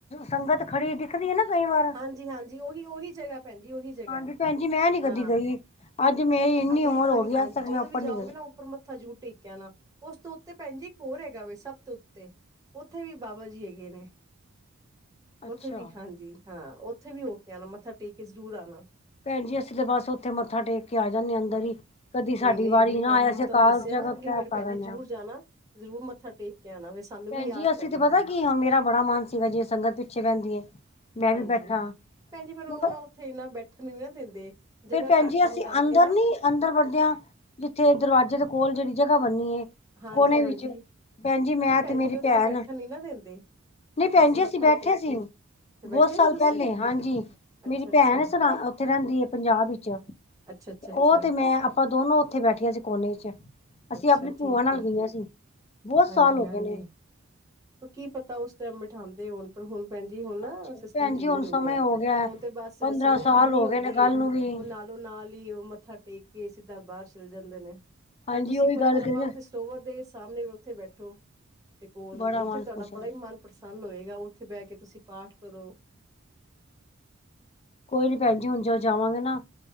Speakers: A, on the left; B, on the right.
A: ਸੰਗਤ ਖੜੀ ਦਿਖਦੀ ਹੈ ਨਾ ਕਈ ਵਾਰ।
B: ਹਾਂਜੀ-ਹਾਂਜੀ ਉਹੀ ਉਹੀ ਜਗ੍ਹਾ ਭੈਣ ਜੀ ਉਹੀ ਜਗ੍ਹਾ
A: ਹਾਂਜੀ ਭੈਣ ਜੀ ਮੈਂ ਨੀ ਕਦੀ
B: ਹਾਂ।
A: ਗਈ ਅੱਜ ਮੇਰੀ ਇੰਨੀ
B: ਅਗਲੀ
A: ਉਮਰ
B: ਵਾਰੀ
A: ਹੋ ਗਈ
B: ਹਾਂਜੀ
A: ਅੱਜ ਤੱਕ
B: ਜਦੋਂ
A: ਮੈਂ ਉੱਪਰ
B: ਵੀ ਜਾਓਗੇ
A: ਨੀ ਗਈ
B: ਨਾ ਉੱਪਰ ਮੱਥਾ। ਮੱਥਾ ਜ਼ਰੂਰ ਟੇਕ ਕੇ ਆਣਾ ਉਸ ਤੋਂ ਉੱਤੇ ਭੈਣਜੀ ਇੱਕ ਹੋਰ ਹੈਗਾ ਵਾ ਸਭ ਤੋਂ ਉੱਤੇ। ਉੱਥੇ ਵੀ ਬਾਬਾ ਜੀ ਹੈਗੇ ਨੇ
A: ਅੱਛਾ
B: ਉੱਥੇ ਵੀ ਹਾਂਜੀ ਹਾਂ ਉੱਥੇ ਵੀ। ਆਣਾ ਮੱਥਾ ਟੇਕ ਕੇ ਜ਼ਰੂਰ ਆਉਣਾ।
A: ਭੈਣ ਜੀ ਅਸੀਂ ਤੇ ਬਸ ਉੱਥੇ ਮੱਥਾ ਟੇਕ ਕੇ ਆ ਜਾਂਦੇ ਹਾਂ ਅੰਦਰ ਹੀ। ਕਦੀ ਸਾਡੀ
B: ਨਹੀਂ-ਨਹੀਂ ਅਗਲੀ
A: ਨਾ
B: ਵਾਰੀ
A: ਆਇਆ
B: ਹੁਣ
A: ਅਸੀਂ
B: ਮੈਂ
A: ਅਕਾਲ
B: ਤੁਹਾਨੂੰ ਦੱਸਿਆ
A: ਤਖ਼ਤ
B: ਨਾ ਅਗਲੀ
A: ਸਾਹਿਬ
B: ਵਾਰੀ
A: ਕਰ
B: ਭੈਣ ਜੀ
A: ਆਨੇ
B: ਜ਼ਰੂਰ
A: ਆ
B: ਜਾਣਾ ਜ਼ਰੂਰ ਮੱਥਾ ਟੇਕ ਕੇ ਆਣਾ। ਸਾਨੂੰ
A: ਭੈਣਜੀ
B: ਵੀ ਯਾਦ
A: ਅਸੀਂ
B: ਕਰਨਾ
A: ਤੇ ਪਤਾ ਕੀ ਹੁਣ ਮੇਰਾ ਬੜਾ ਮਨ ਸੀਗਾ ਜਿਵੇ ਸੰਗਤ ਪਿੱਛੇ ਰਹਿੰਦੀ ਏ। ਮੈਂ
B: ਹਾਂਜੀ
A: ਵੀ ਬੈਠਾ
B: ਭੈਣਜੀ ਫੇਰ ਉਹ
A: ਮਗਰ
B: ਨਾ ਉੱਥੇ ਇੰਨਾ ਬੈਠਣ ਨੀ ਨਾ ਦਿੰਦੇ। ਜਗ੍ਹਾ
A: ਫਿਰ ਭੈਣ
B: ਘੱਟ
A: ਜੀ
B: ਹੋਣ
A: ਅਸੀਂ
B: ਕਰਕੇ
A: ਅੰਦਰ
B: ਨਾ
A: ਨੀ ਅੰਦਰ ਵੜਦਿਆਂ। ਜਿੱਥੇ ਦਰਵਾਜ਼ੇ ਦੇ ਕੋਲ ਜਿਹੜੀ ਜਗ੍ਹਾ ਬਣੀ ਏ।
B: ਹਾਂਜੀ
A: ਕੋਨੇ
B: ਹਾਂਜੀ
A: ਵਿੱਚ ਭੈਣ ਜੀ
B: ਨਹੀਂ
A: ਮੈਂ ਤੇ ਮੇਰੀ
B: ਜੀ ਉੱਥੇ
A: ਭੈਣ
B: ਬੈਠਣ ਨੀ ਨਾ ਦਿੰਦੇ
A: ਨਹੀਂ ਭੈਣ
B: ਬਸ
A: ਜੀ
B: ਮੱਥਾ
A: ਅਸੀਂ ਬੈਠੇ
B: ਟੇਕ
A: ਸੀ।
B: ਕੇ
A: ਬਹੁਤ
B: ਅੱਛਾ ਬੈਠੇ
A: ਸਾਲ
B: ਸੀ ਤੁਸੀਂ
A: ਪਹਿਲੇ ਹਾਂਜੀ
B: ਅੱਛਾ
A: ਮੇਰੀ
B: ਅੱਛਾ
A: ਭੈਣ ਉੱਥੇ ਰਹਿੰਦੀ ਹੈ ਪੰਜਾਬ। ਪੰਜਾਬ ਵਿੱਚ
B: ਅੱਛਾ ਅੱਛਾ ਅੱਛਾ
A: ਉਹ ਤੇ ਮੈਂ ਆਪਾਂ ਦੋਨੋ ਉੱਥੇ ਬੈਠੀਆਂ ਸੀ ਕੋਨੇ ਵਿਚ। ਅਸੀਂ
B: ਅੱਛਾ
A: ਆਪਣੀ ਭੂਆਂ
B: ਠੀਕ
A: ਨਾਲ
B: ਹੈ
A: ਗਈਆਂ ਸੀ, ਬਹੁਤ
B: ਹਾਂਜੀ
A: ਸਾਲ ਹੋ
B: ਹਾਂਜੀ
A: ਗਏ ਨੇ।
B: ਕੀ ਪਤਾ ਉਸ ਟਾਈਮ ਬਿਠਾਂਦੇ ਹੋਣ ਪਰ ਹੁਣ ਭੈਣ ਜੀ ਹੁਣ ਨਾ
A: ਅੱਛਾ
B: ਸਿਸਟਮ
A: ਭੈਣ ਜੀ
B: ਚੇਂਜ
A: ਹੁਣ ਸਮੇਂ
B: ਹੋ ਗਿਆ ਹੈ। ਹੁਣ ਤੇ ਬਸ
A: ਪੰਦਰਾਂ
B: ਸੰਗਤ
A: ਸਾਲ
B: ਇੰਨੀ
A: ਹੋ
B: ਹੁੰਦੀ
A: ਗਏ ਨੇ ਗੱਲ
B: ਹੈ,
A: ਨੂੰ ਵੀ
B: ਉਹ ਨਾਲੋਂ ਨਾਲ ਹੀ ਉਹ ਮੱਥਾ ਟੇਕ ਕੇ ਸਿੱ ਸਿੱਧਾ ਬਾਹਰ ਚਲ ਜਾਂਦੇ ਨੇ,
A: ਹਾਂਜੀ
B: ਪਰ ਤੁਸੀਂ
A: ਉਹੀ
B: ਪਰਿਕਰਮਾ
A: ਗੱਲ ਕਰੀਏ
B: ਉੱਥੇ ਸਰੋਵਰ ਦੇ ਸਾਹਮਣੇ ਉੱਥੇ ਬੈਠੋ। ਤੇ ਕੋਲ
A: ਬੜਾ
B: ਉੱਥੇ
A: ਮਨ
B: ਤੁਹਾਡਾ
A: ਖੁਸ਼ ਹੁੰਦਾ
B: ਬੜਾ ਹੀ ਮਨ ਪ੍ਰਸੰਨ ਹੋਏਗਾ। ਉੱਥੇ ਬਹਿ ਕੇ ਤੁਸੀਂ ਪਾਠ ਕਰੋ।
A: ਕੋਈ ਨੀ ਭੈਣ ਜੀ ਹੁਣ ਜਦ ਜਾਵਾਂਗੇ ਨਾ